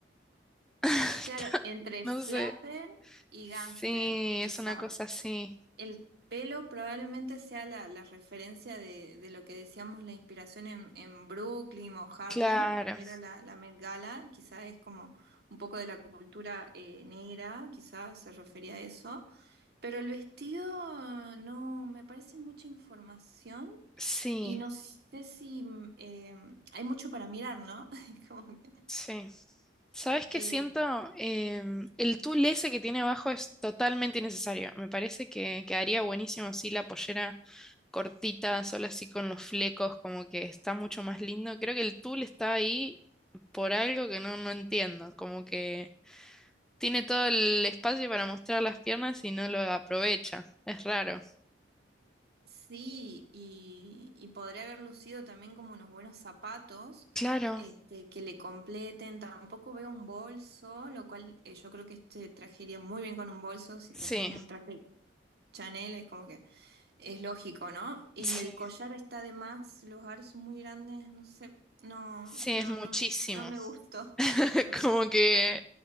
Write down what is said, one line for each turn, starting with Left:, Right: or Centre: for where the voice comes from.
Centre: <laughs>
Right: Claro, entre
Centre: No
Right: flapper
Centre: sé.
Right: y
Centre: Sí,
Right: gangster, quizá.
Centre: es una cosa así.
Right: El pelo probablemente sea la, la referencia de, de lo que decíamos, la inspiración en, en Brooklyn o Harlem,
Centre: Claro,
Right: que era la, la Met Gala, quizá es como un poco de la cultura eh, negra, quizá se refería a eso. Pero el vestido no, me parece mucha información
Centre: sí.
Right: y no sé si mm, eh, hay mucho para mirar, ¿no? <laughs> Es Como que,
Centre: Sí. ¿Sabes qué
Right: eh,
Centre: siento? Em, el tul ese que tiene abajo es totalmente innecesario. Me parece que quedaría buenísimo así la pollera cortita, sola así con los flecos, como que está mucho más lindo. Creo que el tul está ahí por algo que no, no entiendo, como que tiene todo el espacio para mostrar las piernas y no lo aprovecha. Es raro.
Right: Sí, y, y podría haber lucido también como unos buenos zapatos
Centre: Claro,
Right: este, que le completen. Tampoco veo un bolso, lo cual eh, yo creo que este trajería muy bien con un bolso. Si
Centre: sí,
Right: tenés un traje Chanel, es como que es lógico, ¿no? Y
Centre: sí,
Right: el collar está de más, los aros son muy grandes, no sé, no,
Centre: sí,
Right: no,
Centre: es muchísimo.
Right: no, no me gustó.
Centre: <laughs>
Right: <laughs> No me-
Centre: Como que